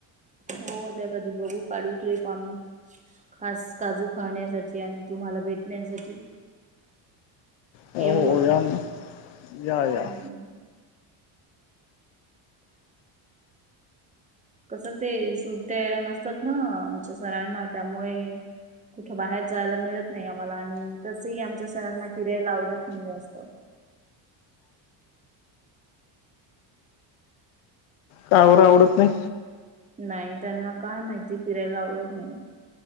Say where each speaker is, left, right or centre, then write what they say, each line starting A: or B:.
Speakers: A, on the right (about 15°); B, on the left (about 85°).
A: हो त्यासाठी बघू काढू ते पाणी. खास काजू खाण्यासाठी आणि तुम्हाला भेटण्यासाठी.
B: हो
A: येऊ
B: हो
A: आम्ही.
B: या ना या या.
A: हम्म. कसं ते सुट्या नसतात ना आमच्या सरांना त्यामुळे कुठं बाहेर जायला मिळत नाही आम्हाला आणि तसही आमच्या सरांना फिरायला आवडत नाय जास्त.
B: कावर आवडत नाही.
A: नाही त्यांना काय माहिती फिरायला आवडत नाही.